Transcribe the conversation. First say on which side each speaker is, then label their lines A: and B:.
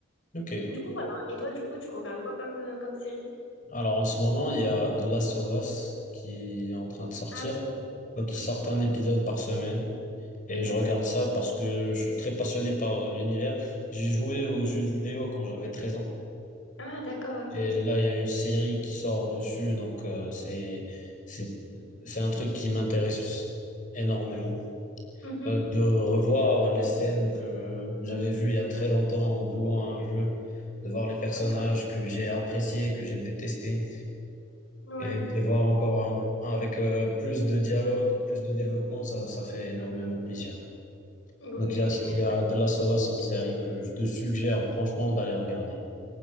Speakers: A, on the left; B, on the left.
A: Ok.
B: Du coup, voilà. Et toi, du coup, tu regardes quoi comme, euh, comme série?
A: Alors en ce moment, il y a The Last of Us qui est en train de sortir.
B: Ah oui,
A: Donc
B: Mhm.
A: ils sortent un épisode par semaine. Et
B: d'accord.
A: je regarde ça parce que je suis très passionné par l'univers. J'ai joué aux jeux vidéo quand j'avais 13 ans.
B: Ah, d'accord, ok,
A: Et
B: ok.
A: là, il y a une série qui sort dessus. Donc euh, c'est, c'est, c'est un truc qui m'intéresse énormément.
B: Mhm.
A: Euh, de revoir les scènes que j'avais vues il y a très longtemps en jouant à un jeu, de voir les personnages
B: Ouais.
A: que j'ai appréciés, que j'ai détestés.
B: Ouais.
A: Et de les voir encore un- un avec euh, plus de dialogue, plus de développement, ça, ça fait énormément plaisir.
B: Oui, oui,
A: Donc
B: oui,
A: il y a,
B: tu m'étonnes.
A: il y a The Last of Us, une série que je te suggère franchement d'aller regarder.